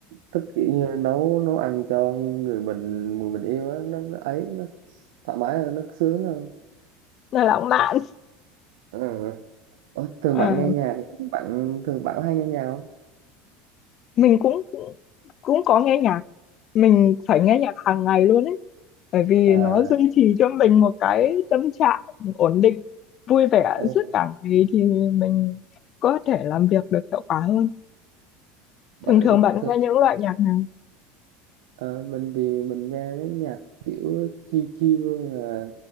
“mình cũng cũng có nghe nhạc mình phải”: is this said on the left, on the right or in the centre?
Left